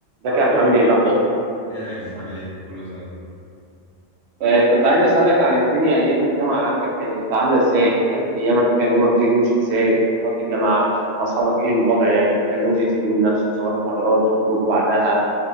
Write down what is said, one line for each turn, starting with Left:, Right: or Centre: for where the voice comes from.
Right: ازيك يا احمد عامل ايه الاخبار
Left: ايه يا ايمن عامل ايه كله تمام
Right: آه كنت عايز اسالك عن الدنيا ايام الجامعه عندك كانت عامله ازاي كان ايامك كان يومك بيمشي ازاي وكنت بتقضي الجامعه مع اصحابك ايه الوضع يعني بتعملوا ايه في اليوم نفسه سواء محاضرات بتخرجوا بعدها